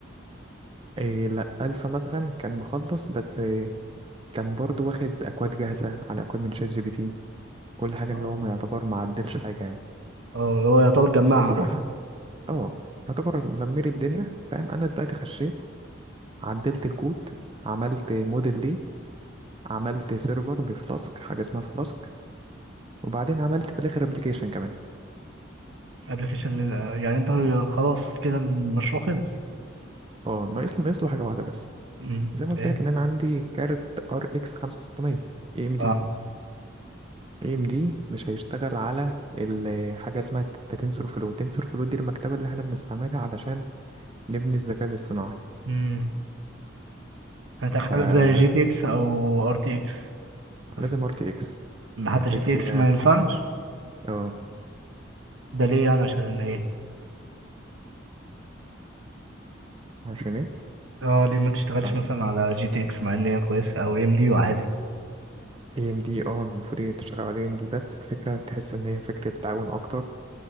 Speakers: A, on the right; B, on the right.
A: إيه لا ألفا مثلا كان مخلص بس إيه كان برضو واخد أكواد جاهزة على أكواد من شات جي بي تي كل حاجة
B: اه
A: اللي هو ما يعتبر ما عدلش حاجة يعني
B: آه، اللي هو يعتبر جمعها
A: بصراحة
B: بس
A: اه يعتبر لمير الدنيا فاهم انا دلوقتي خشيت عدلت الكود عملت موديل ليه عملت سيرفر بفلاسك حاجة اسمها فلاسك وبعدين عملت في الاخر ابلكيشن كمان
B: ابلكيشن يعني انت خلاص كده المشروع خلص
A: اه ناقص ناقص له حاجة واحدة بس
B: مم،
A: زي ما قلت
B: ايه
A: لك ان انا عندي كارت ار اكس 5600 اي ام دي
B: اه
A: اي ام دي مش هيشتغل على ال- حاجة اسمها تنسور فلو تنسور فلو دي المكتبة اللي احنا بنستعملها علشان نبني الذكاء الاصطناعي
B: مم. هتدخله
A: فلازم
B: زي جي تي اكس او ار تي اكس بس
A: ار تي اكس
B: ما حتى
A: ارتكس
B: جي تي اكس
A: ايه
B: ما ينفعش
A: اه
B: ده ليه يعني عشان ايه
A: عشان ايه
B: اه ليه ما تشتغلش
A: اه
B: مثلا على جي تي اكس مع ان هي كويسه او ام دي وعالي
A: اي ام دي اه المفروض هي تشتغل على اي ام دي بس الفكرة تحس ان هي فكرة تعاون اكتر